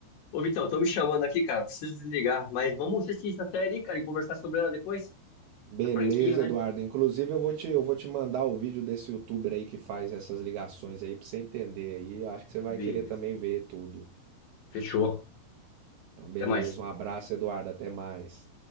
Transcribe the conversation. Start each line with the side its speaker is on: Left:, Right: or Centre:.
Left: Ô, Vitão, tô me chamando aqui, cara, preciso desligar, mas vamos assistir essa série, cara, e conversar sobre ela depois?
Right: Beleza,
Left: A franquia, né?
Right: Eduardo. Inclusive eu vou te, eu vou te mandar o vídeo desse youtuber aí que faz essas ligações aí pra você entender aí. Eu acho que você vai
Left: Beleza.
Right: querer também ver tudo.
Left: Fechou.
Right: Então, beleza.
Left: Até mais.
Right: Um abraço, Eduardo. Até mais.